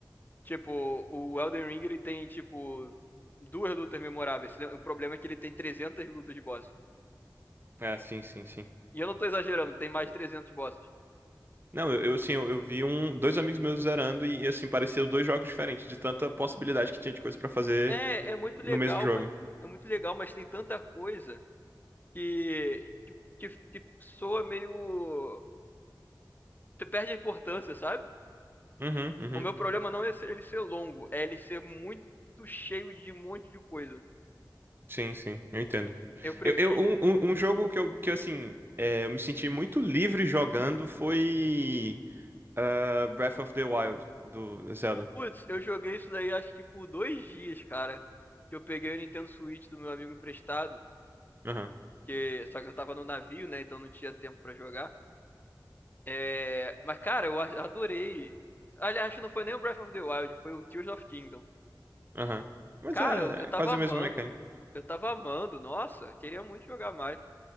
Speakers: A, on the left; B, on the right.
A: Tipo, o Elden Ring, ele tem, tipo, duas lutas memoráveis. O problema é que ele tem 300 lutas de boss.
B: É, sim, sim, sim.
A: E eu não tô exagerando, tem mais de 300 bosses.
B: Não, eu, eu, assim, eu, eu vi um, dois amigos meus zerando e, assim, pareciam dois jogos diferentes, de tanta possibilidade que tinha de coisa pra fazer
A: É, é muito
B: no
A: legal,
B: mesmo jogo.
A: mas é muito legal, mas tem tanta coisa que que, que, que soa meio que perde a importância, sabe?
B: Uhum, uhum.
A: O meu problema não é ele ser longo, é ele ser muito cheio de um monte de coisa.
B: Sim, sim, eu entendo.
A: Eu prefiro
B: Eu, eu, um, um um jogo que eu, que, eu, assim, é, eu me senti muito livre jogando foi. Ah, Breath of the Wild, do Zelda.
A: Putz, eu joguei isso daí acho que por dois dias, cara. Que eu peguei o Nintendo Switch do meu amigo emprestado.
B: Aham,
A: Que, só que eu tava no navio, né? Então não tinha tempo pra jogar. É, mas, cara, eu a- adorei. Aliás, não foi nem o Breath of the Wild, foi o Tears of Kingdom.
B: aham. Mas
A: Cara,
B: é,
A: eu, eu tava
B: é quase
A: amando.
B: a mesma mecânica.
A: Eu tava amando. Nossa, eu queria muito jogar mais.